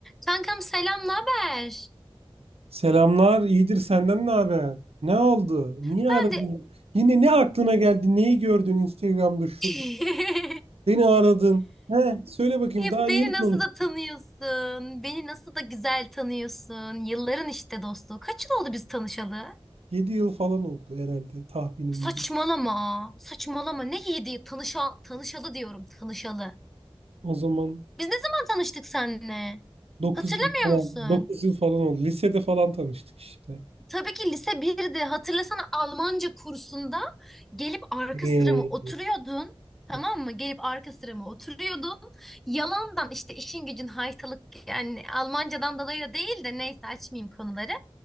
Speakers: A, in the centre; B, on the right (about 85°).
A: Kankam selam, ne haber?
B: Selamlar, iyidir senden ne haber? Ne oldu? Niye
A: Ben
B: aradın?
A: de
B: Yine ne aklına geldi? Neyi gördün Instagram'da şurada?
A: <laughs>
B: Beni aradın. He, söyle bakayım
A: ya
B: daha yeni
A: beni nasıl
B: konuştuk.
A: da tanıyorsun? Beni nasıl da güzel tanıyorsun? Yılların işte dostluğu. Kaç yıl oldu biz tanışalı?
B: 7 yıl falan oldu herhalde tahminimce.
A: Saçmalama. Saçmalama. Ne yedi? Tanışa tanışalı diyorum, tanışalı.
B: O zaman
A: Biz ne zaman tanıştık seninle?
B: 9
A: Hatırlamıyor
B: yıl falan,
A: musun?
B: 9 yıl falan oldu. Lisede falan tanıştık işte.
A: Tabii ki lise birde hatırlasana Almanca kursunda gelip arka
B: Ee,
A: sırama oturuyordun. Tamam
B: hat-
A: mı? Gelip arka sırama oturuyordun. Yalandan işte işin gücün haytalık yani Almancadan dolayı da değil de neyse açmayayım konuları.